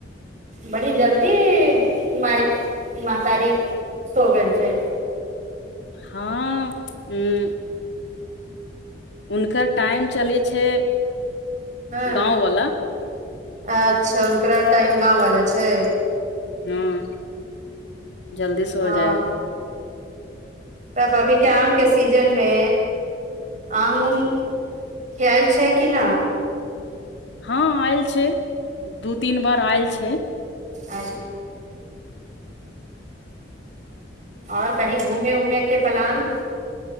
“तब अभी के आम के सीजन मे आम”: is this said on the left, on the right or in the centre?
Right